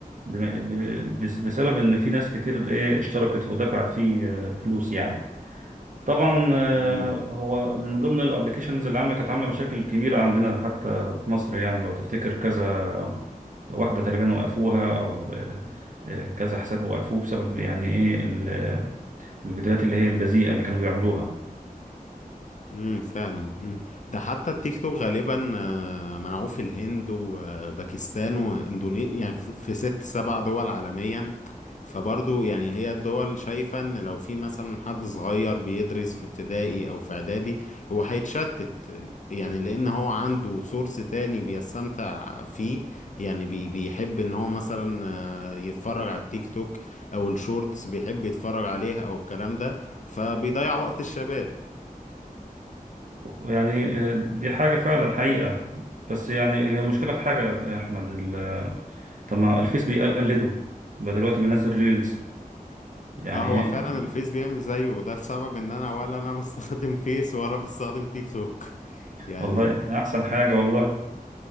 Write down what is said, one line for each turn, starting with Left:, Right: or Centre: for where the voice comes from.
Right: بما- ب- بس- بسبب ان في ناس كتير ايه اشتركت ودفعت فيه آه، فلوس يعني طبعا آه،
Left: مم.
Right: هو من ضمن الابلكيشنز اللي عامله كانت عامله مشاكل كبيره عندنا حتى في مصر يعني لو تفتكر كذا واحده تقريبا وقفوها او آه، آه، كذا حساب وقفوه بسبب يعني ايه ال- آه، الفيديوهات اللي هي البذيئه اللي كانوا بيعملوها
Left: امم فعلا امم ده حتى التيك توك غالبا آه، منعوه في الهند وباكستان واندونيسيا يعني في في ست سبع دول عالميا فبرضو يعني هي الدول شايفة ان لو في مثلا حد صغير بيدرس في ابتدائي او في اعدادي هو هيتشتت يعني لان هو عنده سورس تاني بيستمتع فيه يعني بي بيحب ان هو مثلا آه، يتفرج على التيك توك او الشورتس بيحب يتفرج عليها او الكلام ده فبيضيع وقت الشباب
Right: يعني آه، دي حاجه فعلا حقيقه بس يعني هي المشكله في حاجه يا احمد ال- آه، طب ما الفيس بيقلده بقى دلوقتي بينزل ريلز يعني
Left: اه هو
Right: ايه
Left: فعلا الفيس بيعمل زيه وده السبب ان انا ولا انا بستخدم فيس ولا بستخدم تيك توك <laughs> يعني
Right: والله احسن حاجه والله